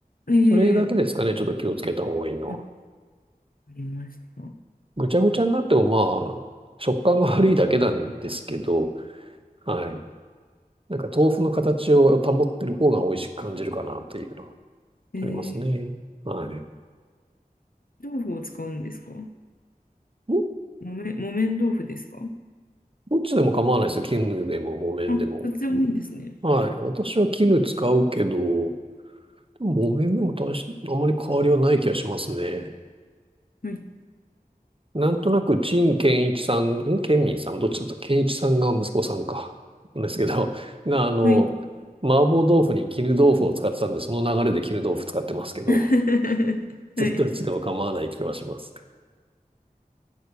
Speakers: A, on the left (about 65°); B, on the right (about 35°).
A: ええ
B: それだけですかね、ちょっと気をつけた方がいいのは。
A: あ、わかりました。
B: ぐちゃぐちゃになってもまあ、食感が悪いだけなんですけど、はい。なんか豆腐の形を保ってる方が美味しく感じるかなというのは
A: ええ
B: ありますね。はい。
A: 豆腐を使うんですか
B: ど、
A: 木綿、木綿豆腐ですか
B: どっちでも構わないですよ。絹でも木綿でも。
A: あ、どっちでもいいんですね。
B: はい。私は絹使うけど、木綿でも大し、あんまり変わりはない気がしますね。
A: はい。
B: なんとなく、陳建一さん、ん建民さん、どっちだった健一さんが息子さんか。なんですけど、が、あの、
A: はい。
B: 麻婆豆腐に絹豆腐を使ってたんで、その流れで絹豆腐使ってますけど、
A: <laughs>
B: 全然どっちでも構わない気はします。
A: はい。